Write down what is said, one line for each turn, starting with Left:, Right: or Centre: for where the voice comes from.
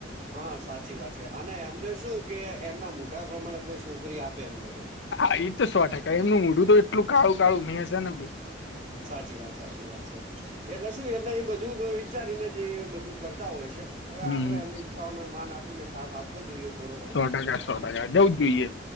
Right: હા સાચી વાત છે અને એમને શું? કે એમના મોઢા પ્રમાણે કોઈ છોકરી આપે એમ નહી.
Left: હા એ તો સો ટકા એમનું મોઢું તો એટલું કાળું કાળું મેસ સેને
Right: સાચી વાત સાચી વાત છે. એટલે શું એટલે એ બધું. વિચારીને જ એ બધું કરતા હોય છે. હવે
Left: હમ
Right: આપણે એમની ઈચ્છાઓનો માન આપીને સાથ આપવો જોઈએ થોડો ઘણો
Left: સો ટકા સો ટકા જવું
Right: હમ
Left: જ જોઈએ
Right: હમ